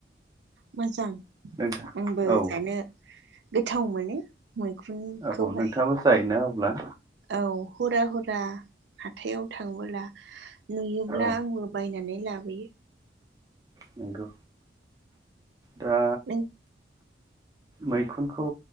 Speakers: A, on the right; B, on the right.
A: मोजां
B: नोंथां
A: आंबो
B: औ
A: जानो गोथाव मोनो मैखुनखौहाय
B: औ नोंथाङाबो जायोना अब्ला
A: औ हुरा हुरा हाथायाव थाङोब्ला नुयोब्ला
B: औ
A: आंबो बायनानै लाबोयो।
B: नोंगौ दा
A: नों
B: मैखुनखौ